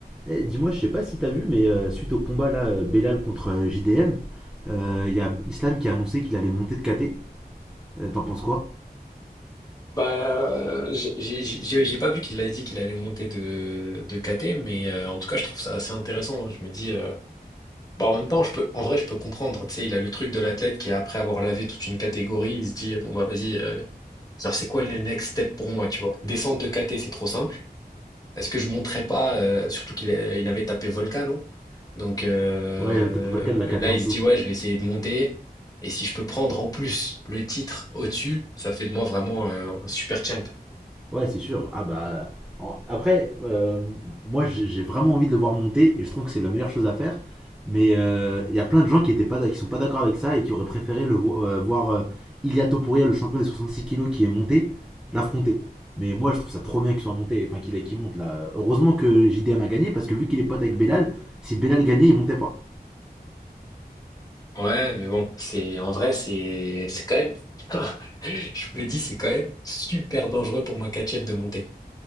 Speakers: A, in the centre; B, on the left.
A: Eh, Dis-moi, je sais pas si t'as vu, mais euh, suite au combat là, euh, Belal contre euh, JDM, euh, il y a Islam qui a annoncé qu'il allait monter de KT. Euh, T'en penses quoi?
B: Bah, euh, j'ai j'ai- j'ai- j'ai pas vu qu'il a dit qu'il allait monter de, de KT, mais euh, en tout cas, je trouve ça assez intéressant. Je me dis, euh, bah, en même temps, je peux, en vrai, je peux comprendre. Tu sais, il a le truc de l'athlète qui, après avoir lavé toute une catégorie, il se dit, bon, bah, vas-y, euh, genre, c'est quoi le next step pour moi, tu vois? Descendre de KT, c'est trop simple. Est-ce que je monterais pas, euh, surtout qu'il a- il avait tapé Volcano Donc, euh,
A: Ouais, il avait tapé Volcan de la KT
B: là,
A: en
B: il
A: dessous.
B: se dit, ouais, je vais essayer de monter. Et si je peux prendre en plus le titre au-dessus, ça fait de moi vraiment un un super champ.
A: Ouais, c'est sûr. Ah bah en- après, euh, moi j'ai j'ai vraiment envie de le voir monter et je trouve que c'est la meilleure chose à faire. Mais euh, il y a plein de gens qui étaient pas, d'ac- qui sont pas d'accord avec ça et qui auraient préféré le vo- euh, voir euh, Ilia Topuria, le champion des 66 kilos qui est monté, l'affronter. Mais moi je trouve ça trop bien qu'il soit monté, enfin qu'il qu'il monte là. Heureusement que JDM a gagné parce que vu qu'il est pote avec Belal, si Belal gagnait, il montait pas.
B: Ouais, mais bon, c'est en vrai, c'est c'est quand même. <laughs> Je me dis, c'est quand même super dangereux pour moi, Kachev, de monter.